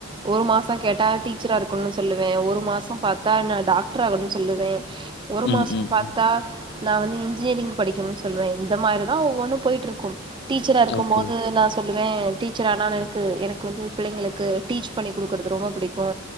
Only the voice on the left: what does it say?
ம்,
ம்,
ம்.
ஓகே.